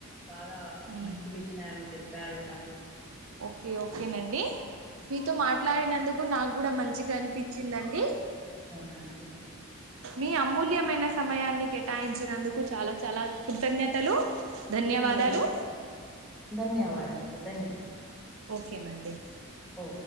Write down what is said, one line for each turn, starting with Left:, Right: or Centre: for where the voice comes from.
Centre: బాగా
Right: మ్మ్
Centre: మంచి విషయాలు చెప్పారు డ
Right: ఓకే ఓకేనండి మీతో మాట్లాడిన నాకు కూడ మంచిగా అనిపిచిందండి
Centre: అవునా అండి
Right: మీ అమూల్యమైన సమయాన్ని కేటాయించినందుకు చాలా చాలా కృతజ్ఞతలు ధన్యవాదాలు
Centre: ఓ ధన్యవాదలు ధన్యవాద
Right: ఓకేనండి
Centre: ఓ